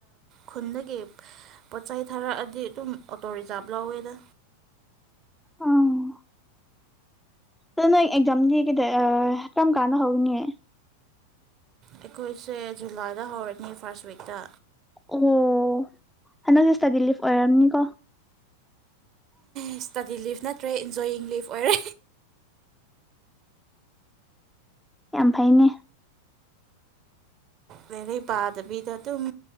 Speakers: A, on the right; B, in the centre.
A: ꯈꯨꯟꯗꯒꯤ ꯄꯣꯠ ꯆꯩ ꯊꯥꯔꯛꯑꯗꯤ ꯑꯗꯨꯝ ꯑꯣꯇꯣ ꯔꯤꯖꯥꯕ ꯂꯧꯋꯦꯗ
B: ꯑꯝ ꯑ ꯅꯣꯢ ꯑꯦꯛꯖꯥꯝꯗꯤ ꯀꯔꯝ ꯀꯥꯟꯗ ꯍꯧꯅꯤ
A: ꯑꯩꯈꯣꯏꯁꯦ ꯖꯨꯂꯥꯏꯗ ꯍꯧꯔꯅꯤ ꯐꯥꯔꯁ ꯋꯤꯛꯇ
B: ꯑꯣ ꯍꯥꯟꯗꯛꯇꯤ ꯢꯁꯇꯥꯗꯤ ꯂꯤꯞ ꯑꯣꯏꯔꯝꯅꯤꯀꯣ
A: ꯏꯁꯇꯗꯤ ꯂꯤꯞ ꯅꯠꯇ꯭ꯔꯦ ꯏꯟꯖꯣꯋꯤꯡ ꯂꯤꯞ ꯑꯣꯏꯔꯦ
B: ꯌꯥꯝ ꯐꯩꯅꯦ
A: ꯂꯥꯢꯔꯤꯚ ꯄꯥꯗꯕꯤꯗ ꯑꯗꯨꯝ